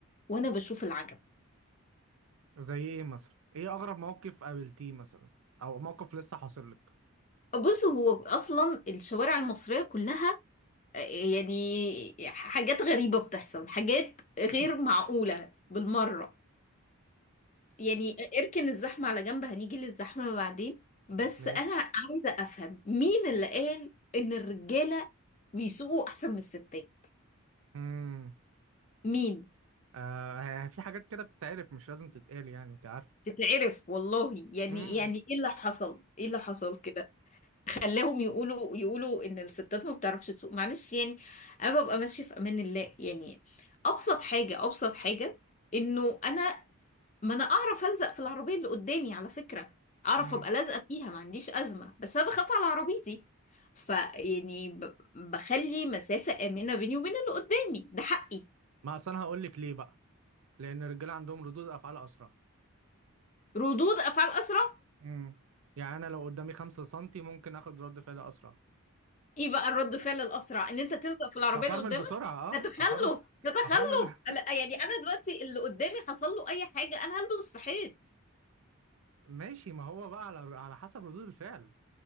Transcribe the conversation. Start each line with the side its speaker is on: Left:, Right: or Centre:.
Left: وانا بشوف العجب
Right: زي إيه مثلا؟ إيه أغرب موقف قابلتيه مثلا؟ أو موقف لسه حاصل لك؟
Left: بص هو اصلا الشوارع المصرية كلها يعني حاجات غريبة بتحصل حاجات غير
Right: <laughs>
Left: معقولة بالمرة يعني اركن الزحمة على جنب هنيجي للزحمة بعدين بس
Right: ماشي
Left: أنا عايزة أفهم مين اللي قال إن الرجالة بيسوقوا أحسن من الستات
Right: مم.
Left: مين
Right: آه في حاجات كده بتتعرف مش لازم تتقال يعني أنت عارفة
Left: تتعرف والله يعني
Right: مم.
Left: يعني ايه اللي حصل ايه اللي حصل كده خلاهم يقولوا يقولوا ان الستات ما بتعرفش تسوق معلش يعني انا ببقى ماشيه في امان الله يعني ابسط حاجه ابسط حاجه انه انا ما انا اعرف الزق في العربيه اللي قدامي على فكره اعرف
Right: مم.
Left: ابقى لازقه فيها ما عنديش ازمه بس انا بخاف على عربيتي فيعني ب... بخلي مسافه امنه بيني وبين اللي قدامي ده حقي
Right: ما أصل أنا هقول لك ليه بقى؟ لأن الرجالة عندهم ردود أفعال أسرع
Left: ردود افعال اسرع
Right: امم يعني انا لو قدامي 5 سنتي ممكن اخد رد فعل اسرع
Left: ايه بقى الرد فعل الاسرع ان انت تلزق في العربيه
Right: تفرمل
Left: اللي قدامك
Right: بسرعه اه
Left: ده تخلف
Right: افرمل
Left: ده تخلف
Right: افرمل <laughs>
Left: لا، يعني انا دلوقتي اللي قدامي حصل له اي حاجه انا هلبس في حيط
Right: ماشي ما هو بقى على على حسب ردود الفعل